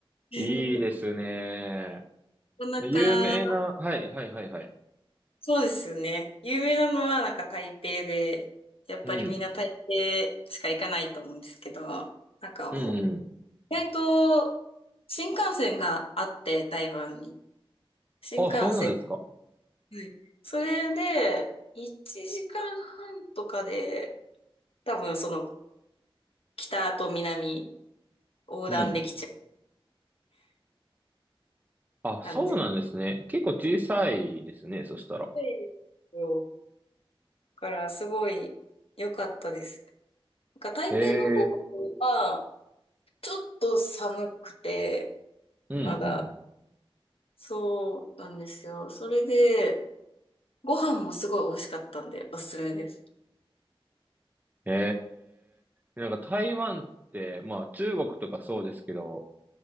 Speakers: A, on the left; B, on the right.
A: <laughs>
B: いいですね。
A: なかな
B: 有名な、
A: か、
B: はい、はい、はい、はい。
A: そうですよね。有名なのはなんか台北で、やっぱりみんな台
B: うん、
A: 北しか行かないと思うんですけど、なんかも
B: うん、うん。
A: う、意外と新幹線があって、台湾に。新幹線。
B: あ、そうなんですか。
A: はい。それで、1時間半とかで、多分その北と南横断できちゃう
B: うん。あ、そうなんですね。
A: 感じ
B: 結構小さいですね、そしたら。
A: で、だからすごい良かったです。なんか台北の方
B: へえ、
A: は、ちょっと寒くて、
B: うんうん。
A: まだ、そうなんですよ。それで、ご飯もすごい美味しかったんで、おすすめです。
B: へえ、なんか台湾って、まあ中国とかそうですけど、